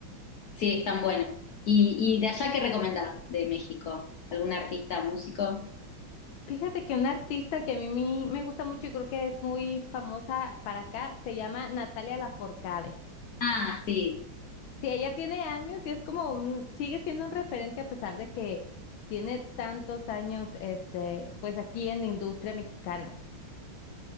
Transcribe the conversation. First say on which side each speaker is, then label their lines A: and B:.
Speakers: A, on the left (about 70°); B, on the left (about 80°).
A: sí, están buenos. ¿Y, y de allá qué recomendás de México? ¿Algún artista, músico?
B: Fíjate que una artista que a mí me me gusta mucho y creo que es muy famosa para acá se llama Natalia Lafourcade.
A: Ah, sí,
B: Sí, ella tiene años y es como un, sigue siendo un referente a pesar de que tiene tantos años, este, pues aquí en la industria mexicana.